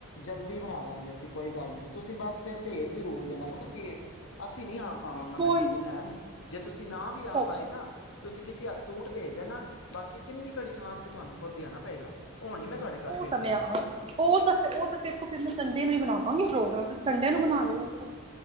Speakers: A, on the left; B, on the right.
A: ਜਲਦੀ ਬਣਾ ਦਾਂਗੇ ਅਸੀਂ ਕੋਈ ਗੱਲ ਨੀ ਤੁਸੀਂ ਬਸ ਫਿਰ ਭੇਜ ਜ਼ਰੂਰ ਦੇਣਾ ਪਤਾ ਕੀ ਹੈ, ਅਸੀ ਤੇ ਨੀ ਆ ਪਾਵਾਂਗਾ
B: ਕੋਈ
A: ਮੈਂ ਸੂਟ ਲੈਣ ਜੇ ਤੁਸੀਂ ਨਾ ਵੀ
B: ਅੱਛਾ
A: ਆ
B: ਅੱਛਾ
A: ਪਾਏ ਨਾ ਤੁਸੀਂ ਕਿਸੇ ਸੂਟ ਭੇਜ ਦੇ ਨਾ ਬਾਕੀ ਸਿੰਧੀ ਘੜੀ ਖਾਣ ਤੇ ਤੁਹਾਨੂੰ ਖੁਦ ਹੀ ਆਣਾ ਪਏਗਾ ਉਹ ਨੀ ਮੈਂ ਤੁਹਾਡੇ
B: ਉਹ
A: ਘਰ ਭੇਜਣੀ
B: ਤਾਂ ਮੈਂ ਆਹਾਂ ਉਹ ਤਾਂ ਫਿਰ ਉਹ ਤਾਂ ਵੇਖੋ ਫਿਰ ਮੈਂ ਸੰਡੇ ਨੂੰ ਹੀ ਬਣਾ ਵਾਗੀ ਪ੍ਰੋਗਰਾਮ ਤੁਸੀਂ ਸੰਡੇ ਨੂੰ ਬਣਾ ਰਹੇ ਹੋਣਗੇ।